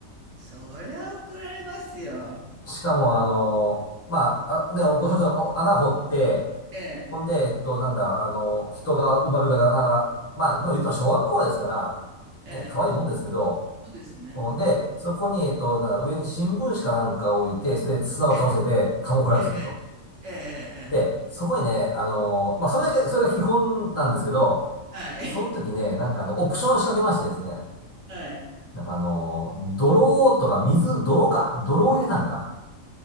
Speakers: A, on the right; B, on the left.
A: そりゃ怒られますよ。
B: しかも、あの、まあ、あ、ね、ご承知のお穴掘って、
A: ええ、
B: ほんで、えっと、なんだ、あの、人が埋まるがな穴、まあ、でも言うと小学校ですか
A: ええ。
B: ら、ね、可愛いもんですけど、
A: そうですね。
B: うんで、そこに、えっと、なんだ、上に新聞紙かなんかを置いて、それで砂をかぶせてカモフラージュすると。
A: ええ、ええ、ええ、ええ。
B: で、
A: ええ
B: そこにね、あの、まあ、それだけ、それが基本なんですけど、
A: はい。
B: その時ね、
A: <laughs>
B: なんかあの、オプションを仕掛けましてですね、
A: はい。
B: なんかあの、泥とか水、泥か、泥を入れたんか。